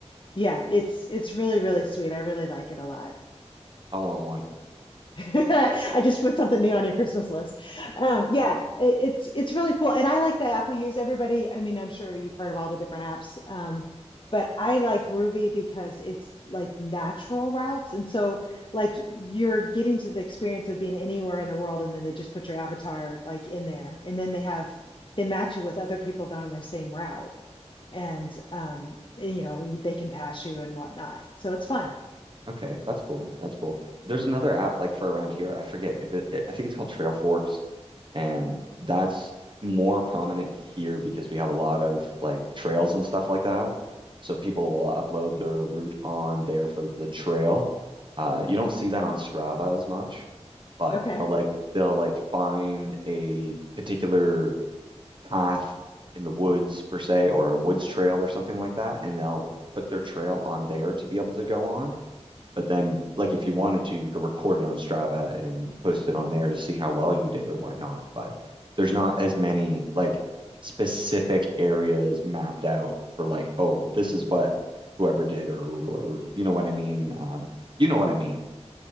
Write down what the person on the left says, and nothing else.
yeah, it's it's really really sweet. I really like it a lot.
<laughs> I just put something new on your Christmas list. Um, yeah, it, it's it's really cool, and I like the app we use. Everybody, I mean, I'm sure you've heard of all the different apps, um, but I like Ruvi because it's like natural routes, and so like you're getting to the experience of being anywhere in the world, and then they just put your avatar like in there, and then they have they match you with other people that are on their same route, and um, and, you know they can pass you and whatnot. So it's fun.
Okay.